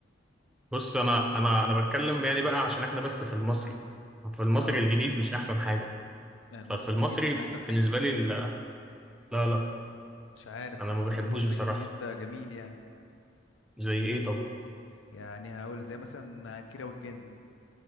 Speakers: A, in the centre; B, on the left.
A: بص انا انا انا بتكلم يعني بقى عشان احنا بس في المصري في المصري
B: اه
A: الجديد مش احسن حاجه
B: يعني
A: ففي
B: المصري
A: المصري
B: الجديد مش احسن حاجه
A: بالنسبه لي لا لا لا،
B: مش عارف
A: انا
B: انا
A: ما
B: حاسس
A: بحبوش
B: ان المصري
A: بصراحه
B: الجديد ده جميل يعني
A: زي ايه طب
B: يعني هقول زي مثلا كيرة والجن